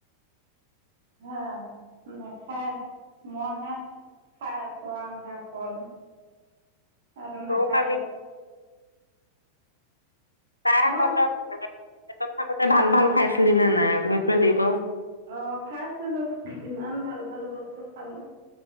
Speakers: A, on the right; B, on the left.
A: হে নাখাই। মই হে খাই আছো আৰুহে অকল। আৰু
B: তইও
A: নাখায়।
B: খাবি <unintelligible>
A: মই
B: পেটত থাকোতে ভাল-ভাল খাইছিলি নে নাই? শেটোৱে লাগিব।
A: অ খাইছিলো ইমান ভাল ভাল বস্তু খালোঁ